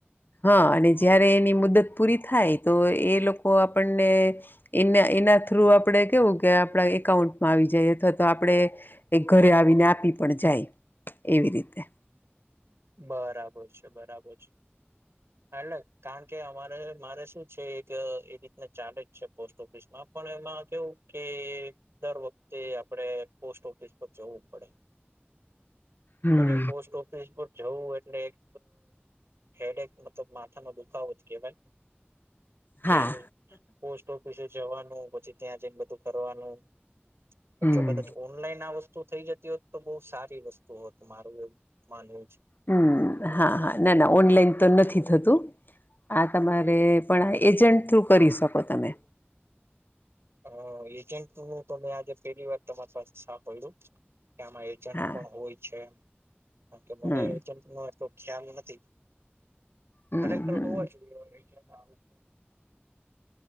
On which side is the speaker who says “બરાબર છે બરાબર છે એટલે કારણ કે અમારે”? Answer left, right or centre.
Right